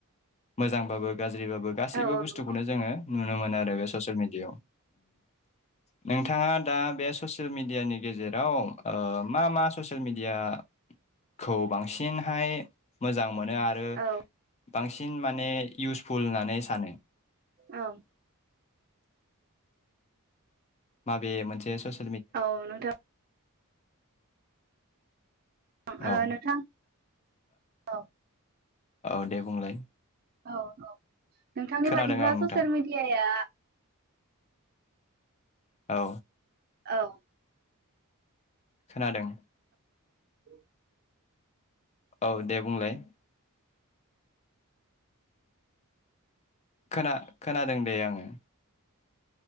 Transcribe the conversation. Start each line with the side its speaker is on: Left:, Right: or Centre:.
Left: मोजांबाबो गाज्रिबाबो गासैबो
Right: औ औ
Left: बुस्थुखौनो
Right: नंगौ
Left: जोङो नुनो मोनो आरो बे ससेयेल मिडियायाव नोंथाङा दा बे ससियेल मिडियानि गेजेराव ओ मा मा ससियेल मिडियाखौ बांसिनहाय मोजां मोनो आरो बांसिन
Right: औ
Left: बांसिन माने इउसफुल होननानै सानो
Right: औ
Left: माबे मोनसे सस
Right: औ नोंथां ओ
Left: औ
Right: नोंथां औ
Left: औ दे बुंलाय
Right: औ औ नोंथांनि
Left: खोनादों
Right: बादिब्ला
Left: आं नोंथां
Right: ससियेल मिेडियाया
Left: औ
Right: औ
Left: खोनादों
Right: <inaudible>
Left: औ दे बुंलाय खोना खोनादों दे आङो